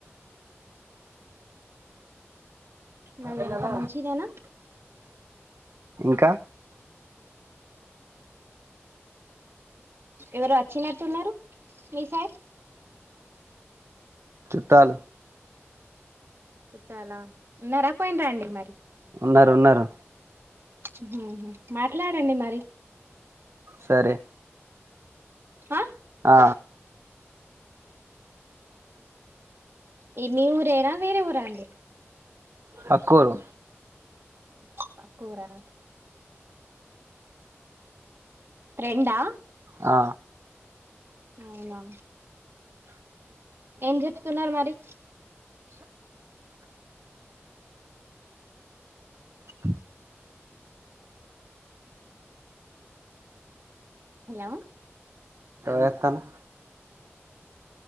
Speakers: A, on the right; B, on the right.
A: మరి
B: ఎలాల
A: అంత మంచిదేనా
B: ఇంకా
A: ఎవరు వచ్చినట్టున్నారు మీ సైడ్
B: చుట్టాలు
A: చుట్టాలా ఉన్నారా పోయిన్ రండి మరి
B: ఉన్నారు ఉన్నారు
A: ఉహు మాట్లాడండి మరి
B: సరే
A: ఆ
B: ఆ
A: ఈ మీ ఊరేనా వేరే ఊర అండి
B: పక్కూరు
A: పక్కోరా రెండా
B: ఆ
A: అవునా ఏం చెప్తున్నారు మరి
B: హ
A: హలో
B: ఏం చేస్తున్నావ్